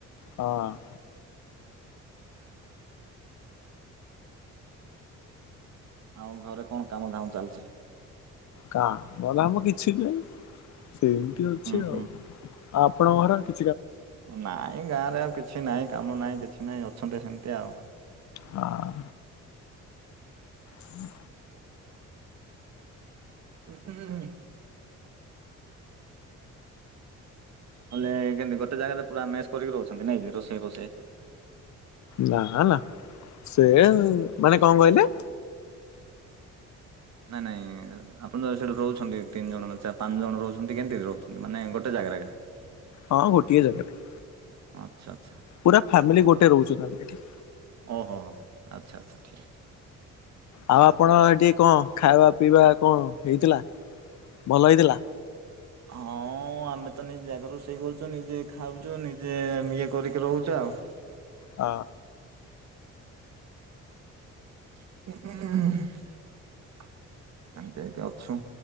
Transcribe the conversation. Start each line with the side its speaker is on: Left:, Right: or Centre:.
Left: ହଁ
Right: ଆଉ ଘରେ କଣ କାମ ଧାମ ଚାଲିଚି?
Left: କାମ ଧାମ କିଛି ନାଇଁ ସେମତି ଅଛି
Right: ହୁଁ ହୁଁ
Left: ଆଉ। ଆପଣଙ୍କ ଘର କି
Right: ନାଇଁ ଗାଁରେ ଆଉ କିଛି ନାଇଁ କାମ ନାଇଁ କିଛି ନାଇଁ ଅଛନ୍ତି ସେମିତି ଆଉ।
Left: ହଁ। ହୁଁ
Right: ହୁଁ ହୁଁ ଉଁ। ହେଲେ କେମତି ଗୋଟେ ଜାଗାରେ ପୁରା ମେସ୍ କରିକି ରହୁଛ। କ ନା ରୋଷେଇ ଫୋଷାଇ
Left: ନା ନା ସେ ମାନେ କଣ କହିଲେ?
Right: ନାଇଁ ନାଇଁ ଆପଣ ଯ ସେଠି ରହୁଛନ୍ତି ତିନି ଜଣ ମେ ପାଞ୍ଚ ଜଣ ରହୁଛନ୍ତି କେମିତି ରହୁଛନ୍ତି ମାନେ ଗୋଟେ ଆ୍ରାଗ
Left: ହଁ ଗୋଟିଏ ଜାଗାରେ।
Right: ଆଛା ଆଚ୍ଛା।
Left: ପୁରା ଫ୍ୟାମିଲି ଗୋଟେ ରହୁଛୁ ନ ଆମେ ଏଠି।
Right: ଓ ହୋ ହ ହ ଆଚ୍ଛା ଆଚ୍ଛା ଠିକ।
Left: ଆଉ ଆପଣ ଏଠି କଣ ଖାଇବା ପିଇବା କଣ ହେଇଥିଲା। ଭଲ ହେଇଥିଲା?
Right: ହଁ ଆମେ ତ ନି ଜାଗା ରୋଷେଇ କରୁଛୁ ନିଜେ ଖାଉଛୁ ନିଜେ ଇଏ କରିକି ରହୁଛୁ ଆଉ।
Left: ହ।
Right: <unintelligible> ଏମତି ହେଇକି ଅଛୁ।